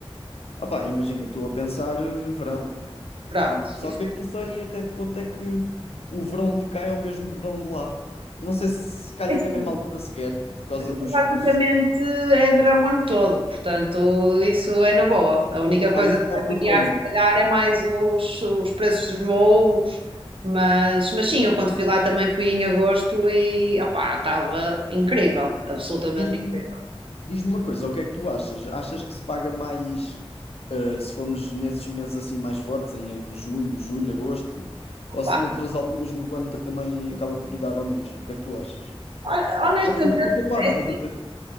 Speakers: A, on the left; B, on the right.
A: Opá, imagina, eu estou a pensar eh, verão.
B: Pronto,
A: Só
B: isso
A: que eu não sei até que ponto é que o verão de cá é o mesmo verão de lá. Não sei se calha
B: é
A: na mesma altura sequer, por causa dos
B: Basicamente
A: fusos.
B: é verão o ano todo, portanto, isso é na boa. A única coisa
A: Ah, isso
B: que
A: não
B: vai
A: é problema.
B: variar, se calhar, é mais os, os preços dos voos, mas, mas sim, eu quando fui lá também fui em agosto e opá, estava incrível, absolutamente
A: Diz-me
B: incrível.
A: Diz-me uma coisa, o que é que tu achas? Achas que se paga mais, eh, se formos nesses meses assim mais fortes, em junho, julho, agosto, ou
B: Pá,
A: se noutras alturas do ano também acaba por ir dar ao mesmo? O que é que tu achas?
B: olha, honestamente,
A: Ah, porque eu queria poupar, estás
B: é-
A: a ver?